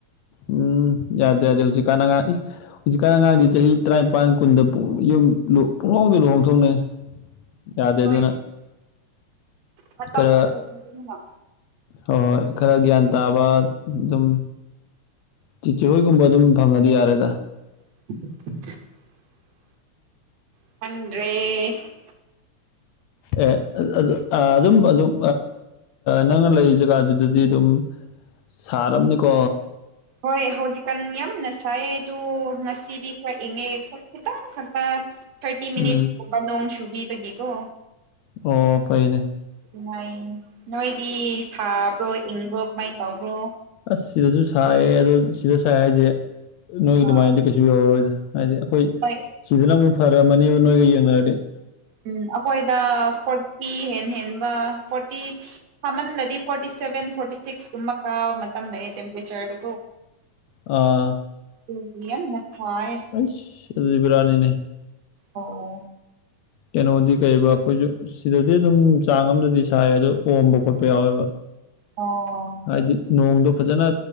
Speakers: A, on the left; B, on the right.
A: ꯎꯝ ꯌꯥꯗꯦ ꯌꯥꯗꯦ ꯍꯧꯖꯤꯛ ꯀꯥꯟꯅ ꯑꯉꯥꯡ ꯏꯁ ꯍꯧꯖꯤꯛꯀꯥꯟ ꯑꯉꯥꯡꯗꯤ ꯆꯍꯤ ꯇꯔꯥꯅꯤꯄꯥꯟ ꯀꯨꯟꯗ ꯌꯨꯝ ꯄꯨꯡꯍꯣꯡꯗ ꯂꯨꯍꯣꯡꯊꯣꯛꯅꯩ <inaudible>
B: ꯍꯣꯏ
A: ꯑꯗꯨꯅ
B: ꯃꯇꯝ
A: ꯈꯔ
B: ꯐꯠꯇꯕꯅꯤꯅ
A: ꯍꯣꯏ ꯈꯔ ꯒ꯭ꯌꯥꯟ ꯇꯥꯕ ꯑꯗꯨꯝ ꯆꯤꯆꯦ ꯍꯣꯏꯒꯨꯝꯕ ꯑꯗꯨꯝ ꯐꯡꯉꯗꯤ ꯌꯥꯔꯦꯗ
B: <unintelligible> ꯈꯪꯗꯔꯦ
A: ꯑꯦ ꯑꯗꯨꯝ ꯑꯗꯨꯝ ꯅꯪꯅ ꯂꯩ ꯖꯒꯥꯗꯨꯗꯗꯤ ꯑꯗꯨꯝ ꯁꯥꯔꯝꯅꯤꯀꯣ
B: ꯍꯣꯏ ꯍꯧꯖꯤꯛꯀꯥꯟ ꯌꯥꯝꯅ ꯁꯥꯏꯌꯦ ꯑꯗꯨ ꯉꯁꯤꯗꯤ ꯈꯔ ꯏꯪꯉꯦ ꯈꯤꯇꯪ ꯈꯛꯇ ꯊꯥꯔꯇꯤ ꯃꯤꯅꯤꯠꯁꯀꯨꯝꯕ
A: ꯎꯝ
B: ꯅꯣꯡ ꯆꯨꯕꯤꯕꯒꯤꯀꯣ
A: ꯑꯣ ꯐꯩꯅꯦ
B: ꯅꯨꯡꯉꯥꯏ ꯅꯣꯏꯗꯤ ꯁꯥꯕ꯭ꯔꯣ ꯏꯪꯕ꯭ꯔꯣ ꯀꯃꯥꯏꯅ ꯇꯧꯕ꯭ꯔꯣ
A: ꯑꯁ ꯁꯤꯗꯁꯨ ꯁꯥꯏꯌꯦ ꯑꯗꯣ ꯁꯤꯗ ꯁꯥꯏ ꯍꯥꯏꯁꯦ ꯅꯣꯏꯒꯤ
B: ꯍꯣꯏ
A: ꯑꯗꯨꯃꯥꯏꯅꯗꯤ ꯀꯩꯁꯨ ꯌꯧꯔꯔꯣꯏꯗ ꯍꯥꯏꯗꯤ ꯑꯩꯈꯣꯏ
B: ꯎꯝ
A: ꯁꯤꯗꯅ ꯑꯃꯨꯛ ꯐꯔꯝꯃꯅꯤꯕ ꯅꯣꯏꯒ ꯌꯦꯡꯅꯔꯗꯤ
B: ꯎꯝ ꯑꯩꯈꯣꯏꯗ ꯐꯣꯔꯇꯤ ꯍꯦꯟ ꯍꯦꯟꯕ ꯐꯣꯔꯇꯤ ꯁꯃꯟꯂꯗꯤ ꯐꯣꯔꯇꯤ ꯁꯕꯦꯟ ꯐꯣꯔꯇꯤ ꯁꯤꯛꯁ ꯀꯨꯝꯕ ꯀꯥꯕ ꯃꯇꯝ ꯂꯩꯌꯦ ꯇꯦꯝꯄꯔꯦꯆꯔ
A: ꯑꯥ
B: ꯑꯗꯨꯕꯨ ꯌꯥꯝꯅ ꯁꯥꯏꯌꯦ
A: ꯑꯁ ꯑꯗꯨꯗꯤ ꯕꯦꯔꯥꯅꯤꯅꯦ
B: ꯑꯣ
A: ꯀꯩꯅꯣꯗꯤ ꯀꯩꯕ ꯑꯩꯈꯣꯏꯁꯨ ꯁꯤꯗꯗꯤ ꯑꯗꯨꯝ ꯆꯥꯡ ꯑꯃꯗꯗꯤ ꯁꯥꯏ ꯑꯗꯨ ꯑꯣꯝꯕ ꯈꯣꯠꯄ ꯌꯥꯎꯋꯦꯕ
B: ꯑꯣ
A: ꯍꯥꯏꯗꯤ ꯅꯣꯡꯗꯣ ꯐꯖꯅ